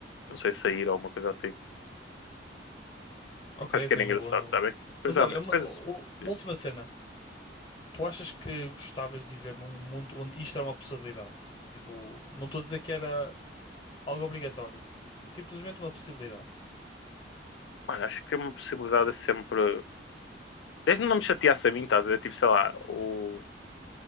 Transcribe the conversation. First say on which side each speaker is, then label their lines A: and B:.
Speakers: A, on the left; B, on the left.
A: Não sei, sair ou alguma coisa assim.
B: Ok,
A: Acho que
B: ok,
A: era engraçado,
B: na boa, na boa.
A: tá bem? Depois,
B: Mas
A: amanhã,
B: olha, uma,
A: depois...
B: u- uma
A: diz.
B: última cena. Tu achas que gostavas de viver num mundo onde isto era uma possibilidade? Tipo, não estou a dizer que era algo obrigatório. Simplesmente uma possibilidade.
A: Mano, acho que tem uma possibilidade é sempre Desde não me chateasse a mim, estás a ver? Tipo, sei lá, o,